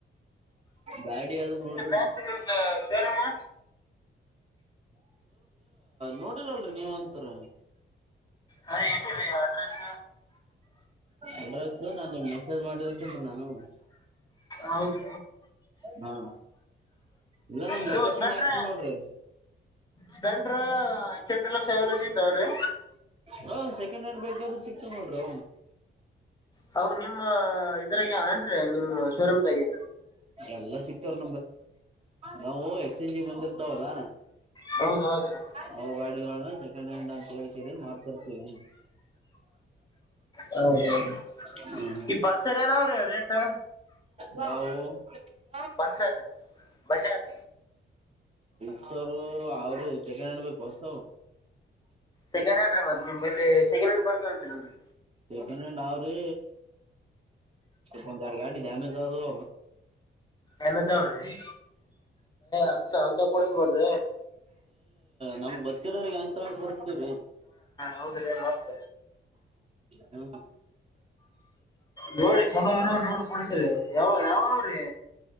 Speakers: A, on the right; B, on the left.
A: ಗಾಡಿ ಅದು ನೋಡ
B: ಚ ಚದ ಸೇರಮ್ಮ
A: ನೋಡರಲ್ರರಿ ನೀವ್ ಅಂತರ
B: ಹ ಎಲ್ಲಿ ರ ಅಡ್ರೆಸ್
A: ಅಡ್ರೆಸ್ ನಾನ್ ನಿಮ್ಗ್ ಮೆಸೇಜ್ ಮಾಡಿರ್ತೇನ್ರಿ ನಾನು
B: ಹೌದು
A: ಹಾ ಇಲ್ಲ ನಾನ್
B: ಇದು
A: ಲೊಕೇಶನ್
B: ಸ್ಪೆಂಡ್ರ
A: ಹಾಕ್ತಿನ್ ನೋಡ್ರಿ
B: ಸ್ಪೆಂಡ್ರ ಇಚ್ಚೆರಡು ಲಕ್ಷ ಎಲ ಸಿತಾವ್ರೀ
A: ಹ ಸೆಕೆಂಡ್ ಹ್ಯಾಂಡ್ ಬೈಕ್ ಆದ್ರೂ ಸಿಕ್ತವ ನೋಡ್ರಿ
B: ಹ ನಿಮ್ಮ ಇದ್ರಾಗ ಅಏನ್ೀ ನಿಮ್ಮ ಶೋರೂಮದಾಗೆ
A: ಎಲ್ಲ ಸಿಕ್ತವ್ ನಾವು ಎಕ್ಸ್ಚೇಂಜ ಬಂದ ಲ್ಲ
B: ಹೌದೌದ್ರೀ
A: ಹೌ ಗಾಡಿ ಗಲ್ಲ <inaudible> ಕಳ್ ಕರಿ ಏನ್ ಮಾಡ್ತರ್ತೀವಿ
B: ಹೌದೌದು
A: ಹಗೆ ಹ್ಮ್
B: ಈ ಪಲ್ಸರ್ ಏನಾವ್ರೀ ರೇಟ್
A: ನಾವು ಹತ್ತು
B: ಒನ್ಸರ್ೀ ಬಜನ್
A: ಪರು ಆರಿ ಸಕೆಂಡ ಹಂಡ ಬಸ
B: ಸೆಕಂಡ್ ಹ್ಯಾಂಡ್ರ ಮತ್ತ ನಿಮ್ಮಲ್ಲಿ ಸೆಕಂಡ್ ಹ್ಯಾಂಡ್ ಬರ್ತ ಉಂತೀೀ
A: ಸೆಕೆಂಡಂಡ್ ಅವ್ರೀ ಕೊಂದುಡು ಗಾಡಿ ಡ್ಯಾಮೇಜ್ ಆದದು
B: ಅಮೆಜನ್ ರೀ ಅಂತ ಅಂತ ಕೊಡಿಸಬಾರ್ದ
A: ನಮ್ ಬರ್ತಿರೋರಿಗೆಂತ ಹರಿ
B: ಹೌದ್ರೀ ಮತ್
A: ಹೌ
B: ನೋಡಿ ಚಲೋಾರ ನೋಡಿ ಕೊಡ್ತರಿ ಯಾವ ಯಾವ್ರೀ